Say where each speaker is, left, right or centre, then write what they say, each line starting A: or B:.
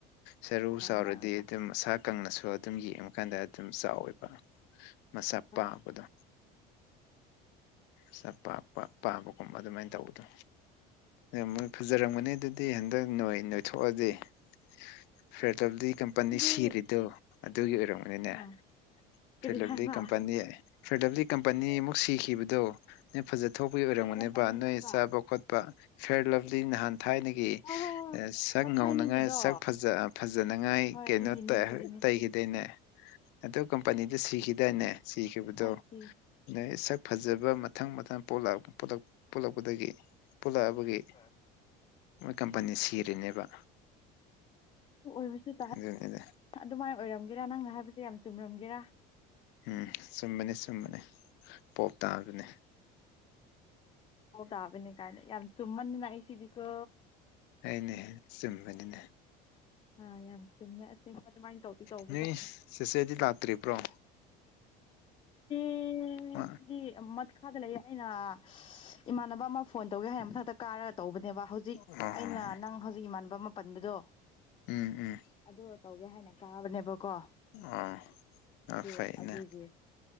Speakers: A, on the left; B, on the left.
A: ꯁꯔꯨ ꯆꯥꯎꯔꯗꯤ
B: ꯑꯗꯨꯃꯥꯏꯅ ꯑꯣꯏꯕ
A: ꯑꯗꯨꯝ ꯑꯁꯥ ꯀꯪꯑꯁꯨ ꯑꯗꯨꯝ ꯌꯦꯡꯕꯀꯥꯟꯗ ꯑꯗꯨꯝ ꯆꯥꯎꯋꯦꯕ ꯃꯁꯥ
B: ꯍꯣꯏ
A: ꯄꯥꯕꯗꯣ ꯃꯁꯥ ꯄꯥꯛꯄ ꯄꯥꯕꯒꯨꯝꯕ ꯑꯗꯨꯃꯥꯏꯅ ꯇꯧꯕꯗꯣ ꯃꯣꯏ ꯐꯖꯔꯝꯒꯅꯤ ꯑꯗꯨ ꯗꯤ ꯍꯟꯗꯛ ꯅꯣꯏ ꯅꯣꯏꯊꯣꯛꯑꯗꯤ <unintelligible> ꯀꯝꯄꯅꯤ
B: ꯑꯗꯨꯗꯤ
A: ꯁꯤꯔꯤꯗꯣ ꯑꯗꯨꯒꯤ ꯑꯣꯏꯔꯝꯒꯅꯤꯅꯦ
B: ꯑ
A: <unintelligible>
B: ꯀꯔꯤ ꯍꯥꯏꯕ
A: ꯀꯝꯄꯅꯤ <unintelligible> ꯀꯝꯄꯅꯤ ꯑꯃꯨꯛ ꯁꯤꯈꯤꯕꯗꯣ ꯅꯣꯢ ꯐꯖꯊꯣꯛꯄꯒꯤ ꯑꯣꯏꯔꯝꯒꯅꯦꯕ
B: ꯀꯔꯤ ꯀꯝꯄꯅꯤ
A: ꯅꯣꯏ
B: ꯍꯥꯏꯕ
A: ꯆꯥꯕ ꯈꯣꯠꯄ ꯐꯤꯌꯥꯔ ꯂꯥꯞꯂꯤ ꯅꯍꯥꯟ ꯊꯥꯏꯅꯒꯤ ꯎ
B: ꯍꯣꯏ ꯍꯣꯏ
A: <inaudible> ꯁꯛ
B: ꯍꯣꯏ
A: ꯉꯧꯅꯉꯥꯏ
B: ꯊꯥꯏꯅꯒꯤꯗꯣ
A: ꯁꯛ ꯐꯖ ꯐꯖꯅꯉꯥꯏ
B: ꯍꯣꯏ
A: ꯀꯩꯅꯣ
B: ꯑꯗꯨꯒꯤꯅꯦ
A: ꯇ
B: ꯑꯗꯨꯒꯤꯅꯦ
A: ꯇꯩꯈꯤꯗꯣꯏꯅꯦ ꯑꯗꯨ ꯀꯝꯄꯅꯤꯗ ꯁꯤꯈꯤꯗꯥꯏꯅꯦ ꯁꯤꯈꯤꯕꯗꯣ
B: ꯑꯥꯏ ꯁꯤ
A: ꯅꯣꯏ ꯁꯛ ꯐꯖꯕ ꯃꯊꯪ ꯃꯊꯪ ꯄꯣꯛꯂꯛꯄꯗꯒꯤ ꯄꯨꯣꯂꯛꯑꯕꯒꯤ
B: ꯑ
A: ꯃꯣꯏ ꯀꯝꯄꯅꯤ ꯁꯤꯔꯤꯅꯦꯕ
B: ꯑꯣꯏꯁꯁꯨ ꯇꯦ
A: ꯑꯗꯨꯅꯦꯗ
B: ꯑꯗꯨꯃꯥꯏꯅ ꯑꯣꯏꯔꯝꯒꯦꯔ ꯅꯪꯅ ꯍꯥꯏꯕꯁꯦ ꯌꯥꯝ ꯆꯨꯝꯔꯝꯒꯦꯔꯥ
A: ꯎꯝ ꯆꯨꯝꯕꯅꯤ ꯆꯨꯝꯕꯅꯤ ꯄꯣꯞ ꯇꯥꯕꯅꯤ
B: ꯑꯣ ꯇꯥꯕꯅꯦ ꯀꯥꯦ ꯌꯥꯝ ꯆꯨꯝꯕꯅꯥ ꯉꯛꯏ ꯁꯤꯗꯤꯀꯣ
A: ꯑꯩꯅꯦ ꯆꯨꯝꯕꯅꯤꯅꯦ
B: ꯑꯥ ꯌꯥꯝ ꯆꯨꯝꯃꯦ ꯑꯁꯦꯡꯕ ꯑꯗꯨꯃꯥꯏꯅ ꯇꯧꯗꯤ ꯇꯧꯕꯖꯥꯠꯅ
A: ꯅꯣꯏ ꯆꯦꯆꯦꯗꯤ ꯂꯥꯛꯇ꯭ꯔꯤꯕ꯭ꯔꯣ
B: <unintelligible>
A: ꯑ
B: ꯃꯈꯥꯗ ꯂꯩꯌꯦ ꯍꯥꯏꯅ ꯏꯃꯥꯟꯅꯕ ꯑꯃ ꯐꯣꯟ ꯇꯧꯒꯦ ꯍꯥꯏꯅ ꯃꯊꯛꯇ ꯀꯥꯔꯒ ꯇꯧꯕꯅꯦꯕ ꯍꯧꯖꯤꯛ
A: ꯑꯣ ꯍꯣ
B: ꯑꯩꯅ
A: ꯍꯣ
B: ꯅꯪ ꯍꯧꯖꯤꯛ ꯏꯃꯥꯟꯅꯕ ꯑꯃ ꯄꯟꯕꯗꯣ
A: ꯎꯝ ꯎꯝ
B: ꯑꯗꯨ ꯇꯧꯒꯦ ꯍꯥꯏꯅ ꯀꯥꯕꯅꯦꯕꯀꯣ
A: ꯑꯣ ꯑ
B: ꯑꯗꯨ
A: ꯐꯩꯅꯦ
B: ꯑꯗꯨꯒꯤ